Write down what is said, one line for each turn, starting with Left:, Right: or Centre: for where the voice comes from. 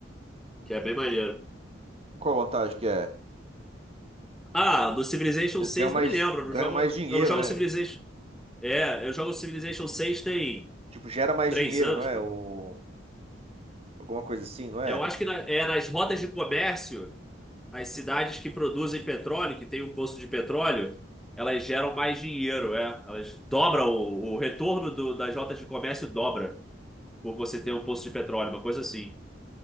Centre: que é bem maneiro.
Right: Qual a vantagem que é?
Centre: Ah, no Civilization
Right: Eles
Centre: seis
Right: ganham mais,
Centre: não me lembro,
Right: ganham
Centre: eu não jogo,
Right: mais dinheiro,
Centre: eu não jogo
Right: né?
Centre: Civilization. É, eu jogo Civilization seis tem
Right: Tipo, gera mais
Centre: três
Right: dinheiro,
Centre: anos,
Right: não é?
Centre: pô.
Right: O, alguma coisa assim, não é?
Centre: Eu acho que na- é nas rotas de comércio. as cidades que produzem petróleo, que tem um poço de petróleo, elas geram mais dinheiro, é. Elas dobram o, o retorno do- das rotas de comércio dobra por você ter um poço de petróleo, uma coisa assim.